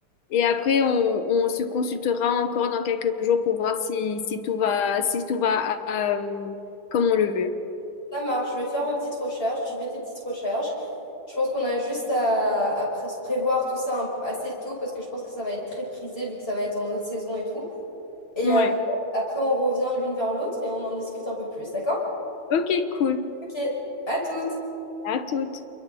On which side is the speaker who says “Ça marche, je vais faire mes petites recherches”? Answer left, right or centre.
Left